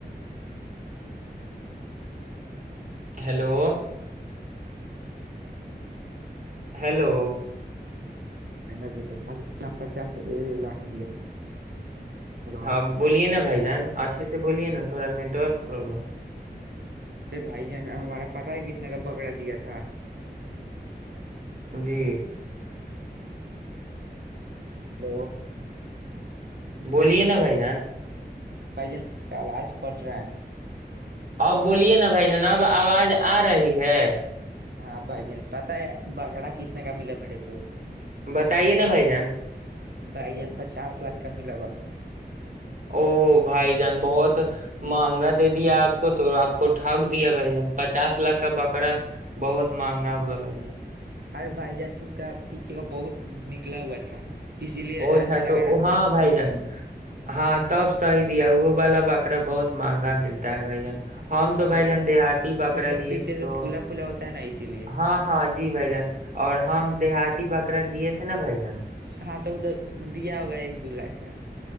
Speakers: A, on the right; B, on the right.
A: ہیلو ہیلو
B: مہنگا دیا تو لاکھ پچاس لاکھ دیا ہلو
A: ہاں بولیے نا بھائی جان اچھے سے بولیے نا تھوڑا نیٹ ورک پروابلم
B: اے بھائی جانا ہمارا پتا ہے کتنا کا بکرا دیا تھا
A: جی
B: ہیلو
A: بولیے نا بھائی جان
B: بھائی جان کا آواز پٹ رہا ہے
A: اب بولیے نا بھائی جنا اب آواز آ رہی ہے
B: ہاں بھائی جان پتا ہے بگڑا کتنے کا ملا میرے کو
A: بتائیے نا بھائی جین
B: بھائی یہ پچاس لاکھ کا ملا بکر
A: او بھائی جان بہت مہنگا دے دیا آپ کو تو آپ کو ٹھگ دیا بھائی جان پچاس لاکھ کا بکرا بہت مہنگا ہوا بھائی جان
B: ارے بھائی جان اس کا پیچھے کا بہت نکلا ہوا تھا اسی لیے
A: اچھا
B: لگا
A: تو
B: نا
A: ہاں بھائی
B: خرید
A: جان
B: لیا
A: ہاں تب صی دیا وہ والا بکرا بہت مہنگا ملتا ہے بھائی جان ہم تو بھ
B: اس
A: جان
B: کا
A: دیہاتی بکرا
B: اس کا
A: لیے
B: پیچھے
A: تھے
B: سے
A: تو
B: پھولا پھولا ہوتا ہے نا اسی لیے
A: ہاں ہاں جی بھائی جان اور ہم دیہاتی بکرا لیے تھے نا بھائی جان
B: ہاں <inaudible> تو تو دیا ہوگا ایک دو لاکھ کا